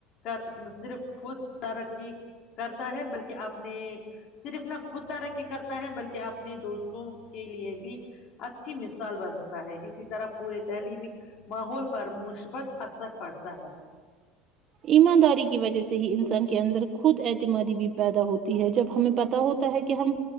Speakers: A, on the left (about 45°); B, on the right (about 30°).
A: کر نہ صرف خود ترقی کرتا ہے بلکہ اپنے صرف نہ خود ترقی کرتا ہے بلکہ اپنے دوستوں کے لیے بھی اچھی مثال بنتا ہے اسی طرح پورے جہلی میں <unintelligible> ماحول پر مثبت <unintelligible> اثر پڑتا ہے
B: ایمانداری کی وجہ سے ہی انسان کے اندر خود اعتمادی بھی پیدا ہوتی ہے جب ہمیں پت ہوتا ہے کہ ہم